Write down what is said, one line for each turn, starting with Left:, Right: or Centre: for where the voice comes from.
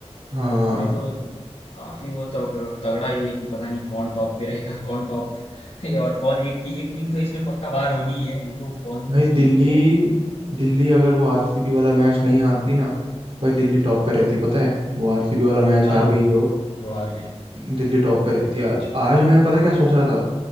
Right: हाँ
Left: में तो काफी वो तग- तगड़ा ही है कि पता नहीं कौन टॉप पे रहेगा कौन टॉप <laughs> और कौन एक टी, एक टीम तो इसमें पक्का बाहर होनी ही है देखो कौन
Right: भाई दिल्ली
Left: सी होती है
Right: दिल्ली अगर वो आरसीबी वाला मैच नहीं हारती ना भाई दिल्ली टॉप पे रहती पता है वो आरसीबी वाला मैच
Left: हाँ
Right: हार गई जो
Left: जो हार गई
Right: दिल्ली टॉप पे रहती आज आज मैं पता क्या सोच रहा था